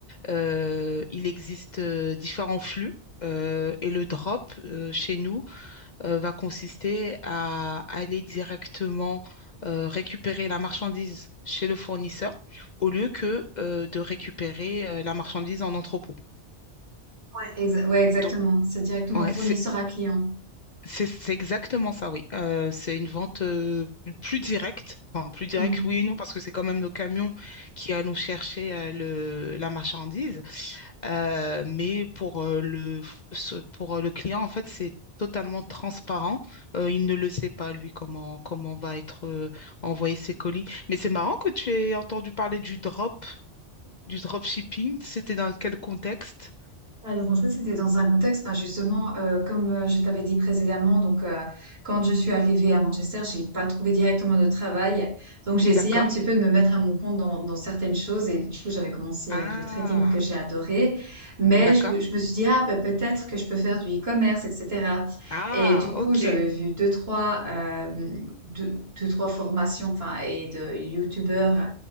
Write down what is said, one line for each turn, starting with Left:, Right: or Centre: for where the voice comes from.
Left: Euh, il existe euh, différents flux. euh, et le drop euh, chez nous euh, va consister à aller directement euh, récupérer la marchandise chez le fournisseur au lieu que euh, de récupérer euh, la marchandise en entrepôt.
Right: Ouais, exa- ouais, exactement.
Left: Donc,
Right: C'est directement
Left: ouais,
Right: fournisseur à client.
Left: C'est c'est exactement ça, oui. Euh, c'est une vente euh, plus directe. Enfin, plus directe,
Right: Mhm.
Left: oui et non, parce que c'est quand même nos camions qui allons chercher euh, le, la marchandise. Euh, mais pour, euh, le, ce- pour euh, le client, en fait, c'est totalement transparent. Euh, il ne le sait pas, lui, comment, comment va être euh, envoyé ses colis. Mais c'est marrant que tu aies entendu parler du drop, du drop shipping C'était dans quel contexte?
Right: Alors en fait, c'était dans un contexte, ben, justement, heu, comme, heu, je t'avais dit précédemment, donc, heu, quand je suis arrivée à Manchester, j'ai pas trouvé directement de travail. Donc j'ai
Left: D'accord.
Right: essayé un petit peu de me mettre à mon compte dans dans certaines choses et du coup, j'avais commencé
Left: Ah,
Right: avec le trading que j'ai adoré. Mais
Left: d'accord.
Right: je me je me suis dit: «Ah, bah, peut-être que je peux faire du e-commerce et cetera»
Left: Ah,
Right: et du
Left: ok.
Right: coup, j'avais vu deux trois hem, 2-2-3 formations, enfin et de youtubeurs